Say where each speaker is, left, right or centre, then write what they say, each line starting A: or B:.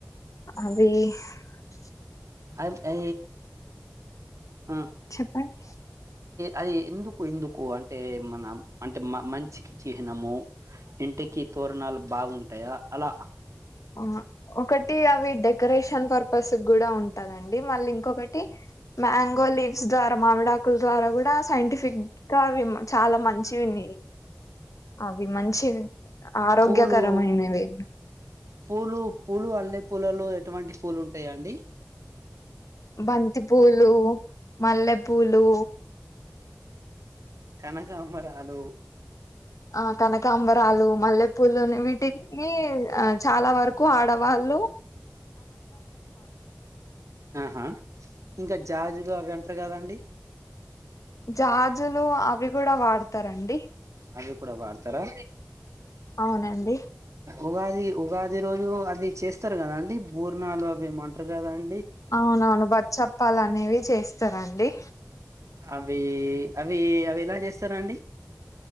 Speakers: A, on the left; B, on the right.
A: అ <unintelligible> అ <unintelligible>
B: అ అ అ <unintelligible>
A: చెప్పండి
B: అది ఎందుకు ఎందుకు అంటే మనం అంటే మ మంచికి చిహ్నము ఇంటికి తోరణాలు బాగుంటయా అలా
A: ఆ ఒకటి అవి డెకరేషన్ పర్పస్ గూడా ఉంటదండి మళ్ళీ ఇంకొకటి మ్యాం గో లీవ్స్ ద్వారా మామిడాకు ద్వారా గూడా సైంటిఫిక్ గా అవి చాలా మంచినివి అవి మంచి ఆరోగ్యకరమైనవి
B: పూలు పూలు పూలు మల్లే పూలలో ఎటువంటి పూలు ఉంటాయిండి
A: బంతి పూలు మల్లెపూలు
B: కనకాంబరాలు
A: ఆ కనకాంబరాలు మల్లె పులోనే వీటి మీ.... ఆ... చాలా వరకు ఆడ వాళ్ళు
B: ఆహా ఇంకా జాజులు అవన్ అట్లా కాదండి
A: జాజులు అవివ్ కూడా వాడతారండి
B: అది కూడా వాడతార ఆ
A: అవునండి
B: ఉగాది ఉగాది రోజు అది చేస్తారు కదాండి బూర్నాలు అవి ఏమో అంటారు కదాన్
A: అవునవును బచ్చప్పాలు అనేవి చేస్తారండి.
B: అవీ అవీ అవి ఎలా జేస్తారాండి